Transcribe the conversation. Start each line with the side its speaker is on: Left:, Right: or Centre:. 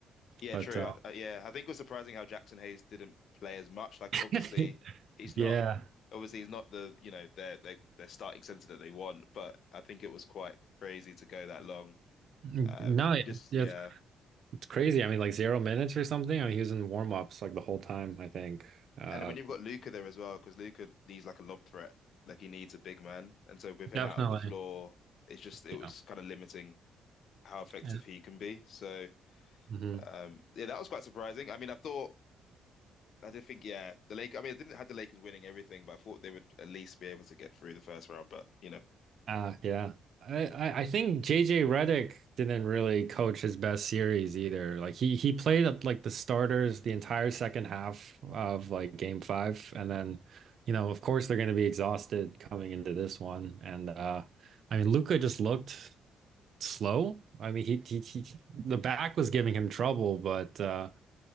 Left: Yeah,
Right: But
Left: true.
Right: uh,
Left: I, I, yeah, I think it was surprising how Jackson Hayes didn't play as much. Like,
Right: <laughs>
Left: obviously, he's not.
Right: yeah,
Left: Obviously, he's not the you know their their their starting center that they want. But I think it was quite crazy to go that long.
Right: Mm,
Left: Um,
Right: no, yeah,
Left: just
Right: yeah,
Left: yeah.
Right: It's crazy. I mean, like zero minutes or something. I mean, he was in warm-ups like the whole time, I think. Uh,
Left: And then when you've got Luca there as well, because Luca needs like a lob threat, like he needs a big man. And so with him
Right: definitely.
Left: out of the floor, it's just it
Right: Yeah.
Left: was kind of limiting how effective
Right: Yeah.
Left: he can be. So
Right: hmm
Left: um, yeah, that was quite surprising. I mean, I thought I did think yeah, the Lakers. I mean, I didn't have the Lakers winning everything, but I thought they would at least be able to get through the first round. But you know,
Right: Uh, yeah. I, I I think JJ Redick didn't really coach his best series either. Like he he played up like the starters the entire second half of like game five. And then, you know, of course they're gonna be exhausted coming into this one. And uh I mean Luca just looked slow. I mean he, he, he the back was giving him trouble, but uh